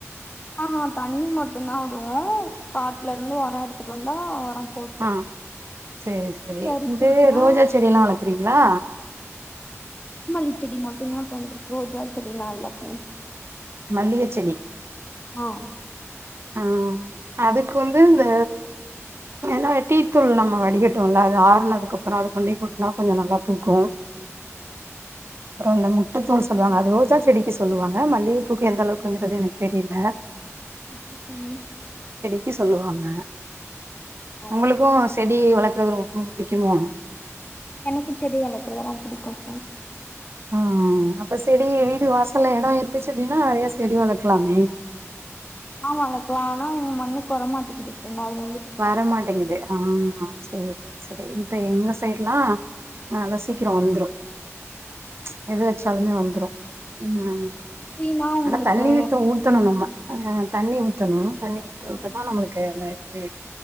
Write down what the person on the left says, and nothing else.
ஆஹ்ஹ தண்ணி மட்டம்தான் விடுவோம் காட்டுல இருந்து உரம் எடுத்துட்டு வந்து தா உரம்
அரிச்சிருச்சுன்னா
மல்லி செடி மட்டும் தான் பேன்றுக் ரோஜ செடிலான் வளக்கல்ல
ஆஹ்
ஓகே தோழி
ஓகே ஃப்ரெண்ட்
எனக்கும் செடி வள்பறதெல்லாம் புடிக்கும்
ஆ வளக்கலாம் ஆனா எங்க மண்ணு வர மாட்டிக்கிது <unintelligible>
சேரினா உங்களுக்கு
ம்